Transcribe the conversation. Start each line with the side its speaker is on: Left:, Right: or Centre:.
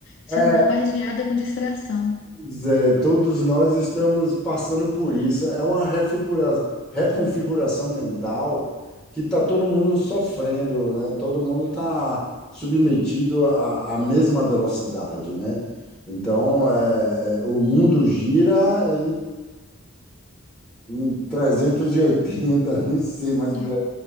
Left: sendo
Centre: É,
Left: bombardeada com distração.
Centre: Zé, todos nós estamos passando por isso. É uma refigura- reconfiguração mental que está todo mundo sofrendo, né? Todo mundo está submetido à, à mesma velocidade, né? Então, é, é, o mundo gira em 380 <laughs> nem sei mais
Left: É.
Centre: que ve-